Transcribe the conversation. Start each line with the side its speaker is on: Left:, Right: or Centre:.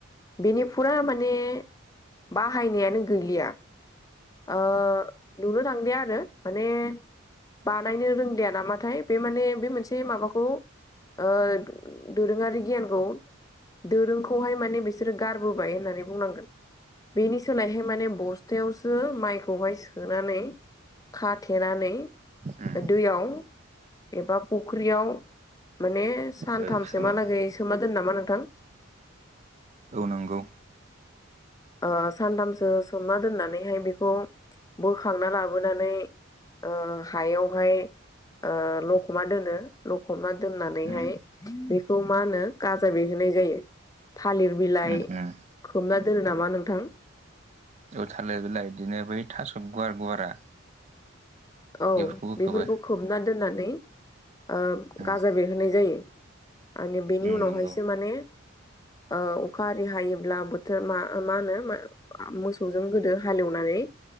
Left: बेनि फुरा माने बाहायनायानो गैलिया। ओ नुनो थांलिया आरो माने बानायनो रोंलिया नामाथाय बे माने बे मोनसे माबाखौ ओ दोरोङारि गियानखौ दोरोंखौहाय माने बिसोरो गारबोबाय होननानै बुंनांगोन। बेनि सोलायहाय माने बस्थायावसो माइखौहाय सोनानै खाथेनानै
Right: उम
Left: दैयाव एबा फुख्रियाव माने सानथामसोमहालागै
Right: ओ सोमो
Left: सोमना दोनो नामा नोंथां।
Right: औ नांगौ।
Left: ओ सानथामसो सोमना दोननानैहाय बेखौ बोखांना लाबोनानै ओ हायावहाय ओ लखमा दोनो लखबना दोननानैहाय
Right: उम
Left: बेखौ मा होनो गाजा बिरहोनाय जायो थालिर बिलाइ
Right: उम उम
Left: खोबना दोन नामा नोंथां?
Right: औ थालिर बिलाय बिदिनो बै थास' गुवार गुवारा।
Left: औ
Right: बेफोरखौबो
Left: बेफोरखौ
Right: खोबो
Left: खोबना दोननानै ओ
Right: उम
Left: गाजा बेरहोनाय जायो। आरो बेनि
Right: उम
Left: उनावहायसो
Right: नंगौ
Left: माने ओ अखा आरि हायोब्ला बोथोर मा -मा होनो मोसौजों गोदो हालेवनानै